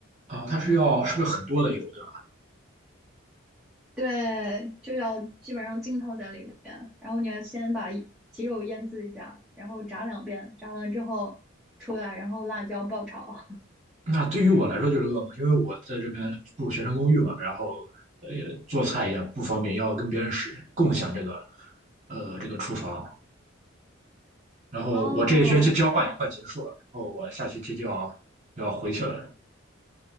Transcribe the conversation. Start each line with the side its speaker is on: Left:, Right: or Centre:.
Right: 啊，它是要是不是很多的油？的？
Centre: 对，就要基本上浸泡在里面，然后你要先把一鸡肉腌制一下，然后炸两遍，炸完之后出来，然后辣椒爆炒。<laughs>
Right: 那对于我来说就是噩梦，因为我在这边住学生公寓嘛，然后呃做菜也不方便，要跟别人是共享这个呃这个厨房。然后我这一学期交换也快结束了，
Centre: 哦
Right: 然后我下学期就要要回去了。